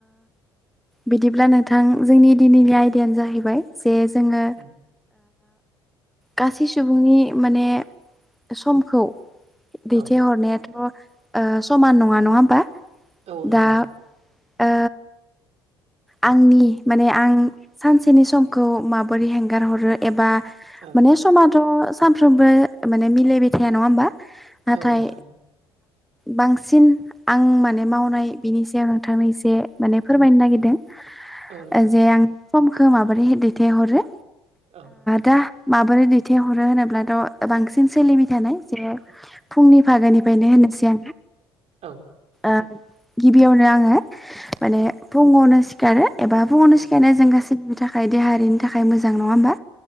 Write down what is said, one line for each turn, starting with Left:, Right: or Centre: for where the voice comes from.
Centre: बिदिब्ला नोंथां जोंनि दिनैनि आयदायानो जाहैबाय दे जोङो
Right: उम
Centre: गासै सुबुंनि माने समखौ दैथायहरनायाथ'
Right: औ
Centre: समान नङा नङा होमबा
Right: औ नोंथां
Centre: दा
Right: औ
Centre: ओ आंनि माने आं सानसेनि समखौ माबोरै हेंगार हरो एबा
Right: औ
Centre: माने समाथ' सानफ्रोमबो माने मिलायबाय थाया नङा होमबा नाथाय
Right: औ नोंथां औ
Centre: बांसिन आं माने मावनाय बिनि सायाव नोंथांनो एसे माने फोरमायनो नागिरदों जे
Right: औ नोंथां
Centre: आं समखौ माबोरै दैथायहरो
Right: औ
Centre: दा माबोरै दैथायहरो होनोब्लाथ' बांसिन सोलिबाय थानाय जे फुंनि फागोनिफ्रायनो होनोसै
Right: औ
Centre: आं गिबियावनो आङो माने फुङावनो सिखारो एबा फुङावनो
Right: औ
Centre: सिखारनाय जों गासैबो थाखाय देहायारिनि थाखाय मोजां नङा हबा